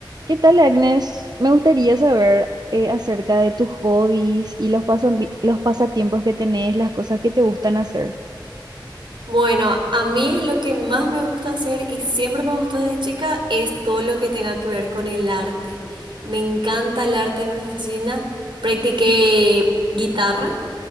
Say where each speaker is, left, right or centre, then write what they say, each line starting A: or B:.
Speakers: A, on the right (about 55°); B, on the right (about 85°).
A: ¿Qué tal, Agnes? Me gustaría saber eh, acerca de tus hobbies y los pasos los pasatiempos que tenés, las cosas que te gustan hacer.
B: Bueno, a mí lo que más me gusta hacer y siempre me gustó desde chica es todo lo que tenga que ver con el arte. Me encanta el arte, me fascina. Practiqué guitarra,